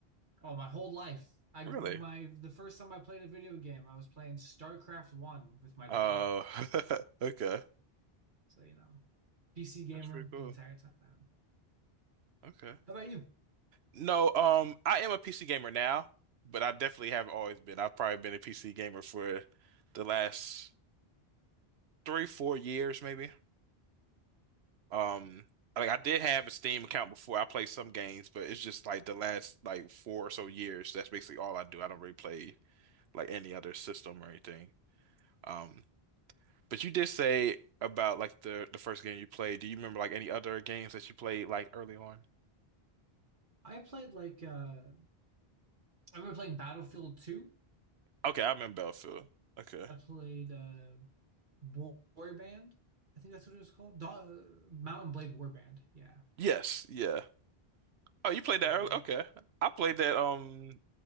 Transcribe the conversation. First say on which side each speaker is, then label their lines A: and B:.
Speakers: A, on the right (about 50°); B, on the right (about 80°).
A: Oh, my whole life. I
B: Really?
A: my the first time I played a video game, I was playing StarCraft One with my
B: Oh,
A: dad.
B: <laughs> okay.
A: So you know, PC gamer
B: That's pretty cool.
A: the entire time.
B: Okay.
A: How about you?
B: No, um, I am a PC gamer now, but I definitely have always been. I've probably been a PC gamer for the last three, four years, maybe. Um, like I did have a Steam account before. I played some games, but it's just like the last like four or so years. That's basically all I do. I don't really play like any other system or anything. Um, but you did say about like the the first game you played. Do you remember like any other games that you played like early on?
A: I played like uh I remember playing Battlefield 2.
B: Okay, I remember Battlefield. Okay.
A: I played uh, War Warband. I think that's what it was called. Da Mountain Blade Warband. Yeah.
B: Yes. Yeah. Oh, you played that
A: Uh,
B: early? Okay. I played that um